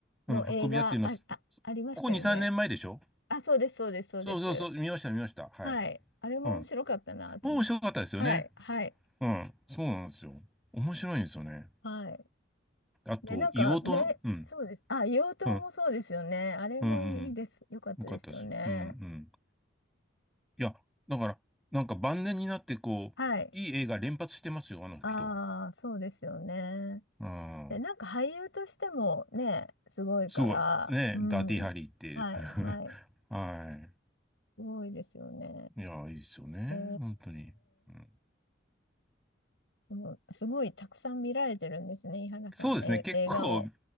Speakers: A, on the left; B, in the centre.
A: の映画あ、
B: うん、運び屋っていうのは、
A: あ、ありましたよね。
B: ここ2、3年前でしょ
A: あ、そうです、そうです、そうです。
B: そうそうそう、見ました、見ました。はい。
A: はい。あれも面白かったなと思って。
B: うん。面白かったですよね。
A: はい、はい、
B: うん、そうなんですよ。面白いんですよね。
A: はい。
B: あと、
A: で、なんか、
B: 硫黄島の、
A: め、
B: うん、
A: そうです。あ、硫黄島もそうですよね。
B: うん、
A: あれもいいです。
B: うん、うん、
A: よかったですよね。
B: よかったです。うん、うん。いや、だから、なんか晩年になって、こう、
A: はい。
B: いい映画連発してますよ、あの人。
A: ああ、そうですよね。
B: うん。
A: で、なんか俳優としてもね、すごいから、
B: すごい。ね、
A: うん。
B: ダーティーハリーっていう。
A: はい、はい。
B: <laughs> は
A: すごいですよね。
B: い。いや、いいですよね。
A: えー、
B: 本当に。うん、
A: もうすごいたくさん見られてるんですね、井原さん、
B: そうですね。
A: え、
B: 結構好
A: 映画を。